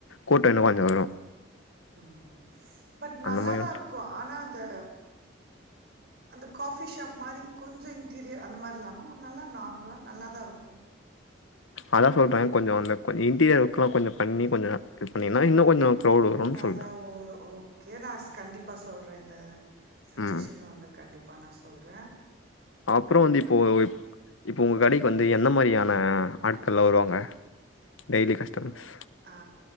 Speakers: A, on the left; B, on the right.
A: கூட்ட இன்னமு அங்க வரு
B: ம் பட் நல்லாதா
A: அந்த மாரி
B: இருக்கு ஆனா அந்த அந்த காஃபி ஷாப் மாரி கொஞ்ச இன்டீரியர் அந்த மாரி இல்லாம உன்னால நார்மலா நல்லா தா இருக்கு
A: அதா சொல்றே கொஞ்ச அந்த கொ இன்டீயர் ஒர்க்லா கொஞ்ச பண்ணி கொஞ்ச நல் <inaudible> இது பண்ணீங்னா இன்ன கொஞ்ச க்ரௌடு வருன்னு
B: நல்லா
A: சொல்றே
B: ஒரு ஓகே நா கண்டிப்பா சொல்றே இந்த சஜஷன்
A: ம்
B: வந்து கண்டிப் ப்பா நா சொல்றே
A: அப்றோ வந்து இப்போ வரை இப்போ உங்க கடைக்கு வந்து எந்த மாரியான ஆட்கள்லா வருவாங்க டெய்லி கஸ்டமர்ஸ்
B: ஆ